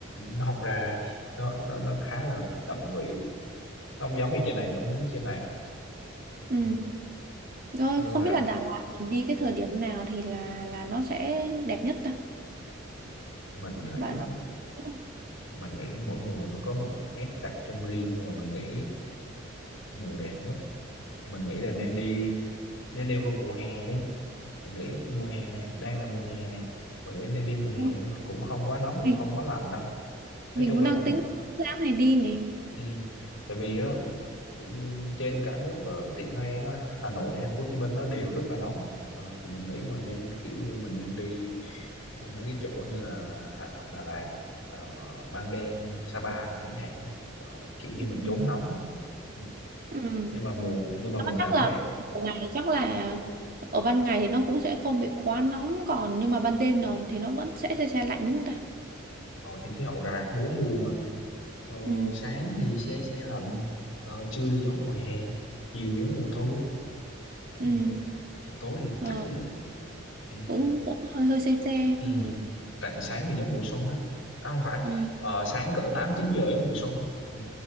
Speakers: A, on the left; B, on the right.
A: nó không ra nó nó nó khá là đậm vị nó không giống như trên này giống giống như trên này
B: ừ.
A: ừ.
B: rồi
A: nhưng
B: không
A: mà
B: biết là Đà Lạt mình đi cái thời điểm nào thì là là nó sẽ đẹp nhất ta
A: mình nghĩ
B: bạn bạn biết
A: mình nghĩ mỗi mùa nó có một nét đặc trưng riêng nhưng mà mình nghĩ mùa đẹp nhất mình nghĩ là nên đi nên đi vào mùa hè đi mình nghĩ mùa hè nè đang là mùa hè nè mình nghĩ nên đi mùa hè
B: không?
A: đi cũng không quá nóng cũng
B: mình
A: không quá lạnh đâu
B: mình
A: nói chung
B: cũng
A: là
B: đang
A: cũng
B: tính tháng này đi nè
A: ừ. tại vì á, ừ, trên cả nước á, hiện nay á, Hà Nội hay Thành phố Hồ Chí Minh nó đều rất là nóng Ờ, thì mình nghĩ mình nên kiểu như mình nên đi mấy cái chỗ như là Hạ- Đà Lạt ờ, Măng Đen Sa Pa chẳng hạn á. Ờ, kiểu
B: ừ.
A: như mình trốn nóng á. Ừ.
B: ừ.
A: nhưng mà mùa nhưng mà mùa nào
B: chắc
A: cũng
B: là
A: đẹp
B: ban ngày chắc là ở ban ngày thì nó cũng sẽ không bị quá nóng còn nhưng mà ban đêm nào thì nó vẫn sẽ se se lạnh đúng không ta
A: Ờ, thì khí hậu Đà Lạt bốn mùa mà ờ,
B: ừ
A: sáng thì se se lạnh ờ, trưa thì giống mùa hè chiều giống mùa thu ừ,
B: ừ
A: tối thì
B: ờ,
A: chắc cũng ừ,
B: cũng cũng hơi hơi se se
A: ừ.
B: ừ
A: rạng sáng thì giống mùa xuân á à, không phải
B: ừ
A: ờ, sáng cỡ tám chín giờ giống mùa xuân á ừ,